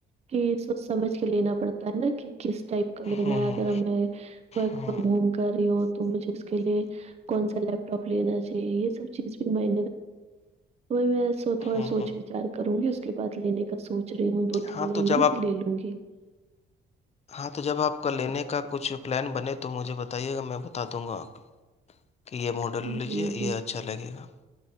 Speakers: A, on the right (about 30°); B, on the left (about 35°).
A: کہ سوچھ سمجھ کے لینا پڑتا ہے نا کہ کس ٹپ کا لینا
B: ہوں ہوں
A: ہے اگر ہمیں ورک
B: ہوں
A: فرام ہوم کر رہی ہو تو مجھے اس کے لیے کون سا لیپٹاپ لینا چاہیے یہ سب چیز بھی میں وہی میں سو تھوڑا
B: ہوں
A: سوچھ
B: ہوں
A: وچار کروں گی اس کے بعد لینے کا سوچ رہی ہوں دو تین
B: ہاں
A: مہینے
B: تو جب
A: میں
B: آپ
A: لے لوں گی
B: ہاں تو جب آپ کا لینے کا کچھ پلان بنے تو مجھے بتائیے گا میں بتا دوں گا کہ یہ ماڈل لیجئے
A: جی جی
B: یہ اچھا لگے گا